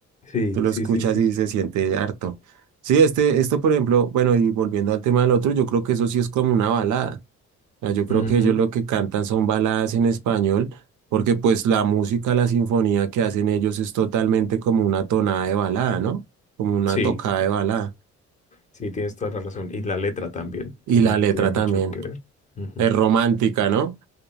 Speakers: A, on the left; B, on the right.
A: Sí,
B: tú lo
A: sí,
B: escuchas
A: sí, sí.
B: y se siente harto. Sí, este, esto, por ejemplo, bueno, y volviendo al tema del otro, yo creo que eso sí es como una balada. O sea, yo creo
A: Ujú.
B: que ellos lo que cantan son baladas en español, porque pues la música, la sinfonía que hacen ellos es totalmente como una tonada de balada, ¿no? Como una
A: Sí,
B: tocada de balada.
A: sí, tienes toda la razón. Y la letra también
B: Y
A: tiene,
B: la letra
A: tiene mucho
B: también
A: que ver. Ujú.
B: es romántica, ¿no?